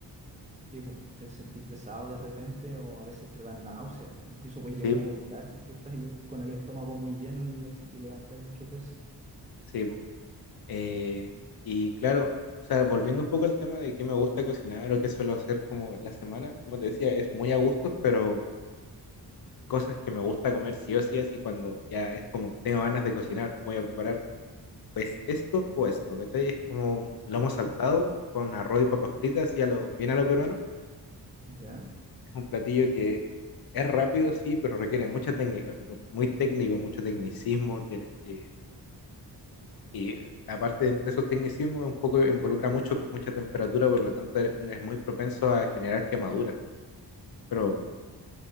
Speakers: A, on the right (about 15°); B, on the left (about 55°).
A: Tipo, te sentís pesado de repente o a veces te dan náuseas. Incluso puedes llegar
B: Sí,
A: a vomitar si es que estás ahí con el estómago muy lleno y, así, y levantáis mucho peso.
B: sí. Eh, y claro, o sea, volviendo un poco al tema de qué me gusta cocinar o qué suelo hacer como la semana, como te decía, es muy a gustos, pero cosas que me gusta comer sí o sí, así cuando ya es como tengo ganas de cocinar, voy a preparar pues esto o esto, ¿cachai? Es como lomo
A: Ujú.
B: saltado con arroz y papas fritas y a lo, bien a lo peruano.
A: ¿Ya?
B: Es un platillo que es rápido, sí, pero requiere mucha técnica, mu- muy, técnico, mucho tecnicismo, tienes que Y eh, aparte de entre esos tecnicismos, un poco involucra mucho, mucha temperatura, por lo tanto e, uno es muy propenso a generar quemaduras. Pero